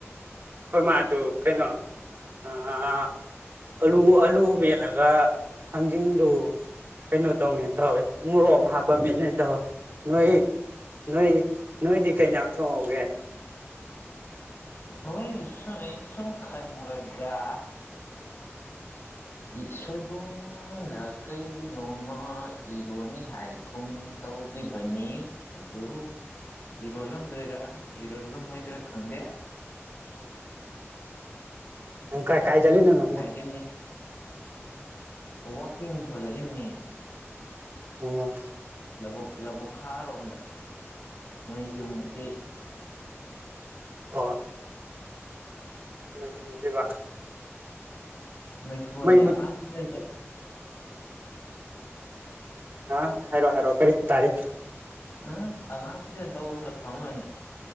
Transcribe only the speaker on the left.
ꯍꯣꯏ ꯁꯨꯝ ꯑꯩꯅ ꯁꯨꯝ ꯈꯟꯕꯗ ꯏꯁꯣꯏꯕꯨꯝꯂ ꯀꯩꯅꯣꯃ ꯏꯔꯣꯅꯤ ꯍꯥꯏꯒꯨꯝ ꯇꯧꯒꯤꯕꯅꯤ ꯑꯗꯨ ꯏꯔꯣꯜꯂꯝꯗꯣꯏꯔꯥ ꯏꯔꯣꯜꯂꯝꯃꯣꯏꯗꯣꯏꯔꯥ ꯈꯪꯗꯦ
<unintelligible> ꯅꯤ ꯋꯥꯛꯀꯤꯡ ꯊꯣꯂꯛꯏꯝꯅꯤ
ꯂ ꯂꯧꯕꯨꯛ ꯈꯥꯔꯣꯝꯗ ꯃꯩꯁꯨ
ꯃꯨꯠꯂꯤ
ꯃꯩꯁꯨ ꯃꯨꯠꯂꯤ
ꯑꯉꯥꯡꯗꯨꯨꯁꯨꯟꯇ
ꯎꯝ ꯑꯉꯥꯡ ꯇꯨꯏꯁꯟ ꯇꯧꯕ ꯑ ꯑꯃꯗ ꯐꯝꯃꯅꯤ